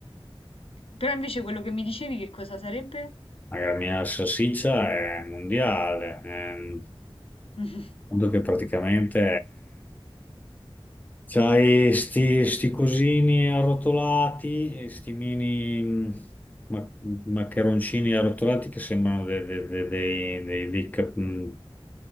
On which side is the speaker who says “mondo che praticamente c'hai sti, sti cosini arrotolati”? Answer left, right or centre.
Left